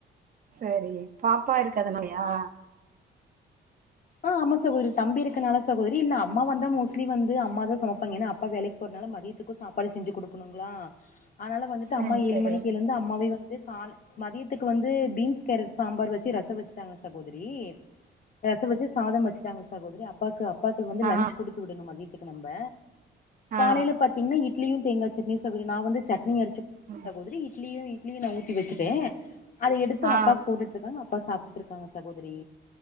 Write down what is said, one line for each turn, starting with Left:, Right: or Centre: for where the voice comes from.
Right: செரி பாப்பா இருக்கு அதுனாலயா
Left: ஆ ஆமா சகோதரி தம்பி இருக்கனால சகோதரி இல்ல அம்மா வந்தா மோஸ்ட்லி வந்து அம்மா தா சமைப்பாங்க ஏனா அப்பா வேலைக் ஒரு நாள மதியத்துக்கு சாப்பாடு செஞ்சி குடுக்கனுங்ளா அதனால வந்துட்டு
Right: சரி
Left: அம்மா ஏழு
Right: சரி
Left: மணிக்கு எழுந்து அம்மாவே வந்து கால மதியத்துக்கு வந்து பீன்ஸ் கேரட் சாம்பார் வச்சி ரசோ வச்ட்டாங்ளா சகோதரி ரச வச்சு சாதம் வச்சுட்டாங்க சாகோதரி அப்பாவுக்கு அப்பாக்கு வந்து
Right: ஆ
Left: லஞ்சி குடுத்து விடனு மதியத்துக்கு நம்ப காலையில
Right: ஆ
Left: பாத்தீங்னா இட்லியு தேங்கா சட்னியு சகோதரி நா வந்து சட்னி அறச்சி
Right: ம்
Left: சகோதரி இட்லிய இ இட்லியு நா ஊத்தி வெச்சிட்டே
Right: ம்
Left: அத எடுத்து
Right: ஆ
Left: அப்பாக் போட்டுட்டு இருக்காங்க அப்பா சாப்ட்டுட் இருக்காங்க சகோதரி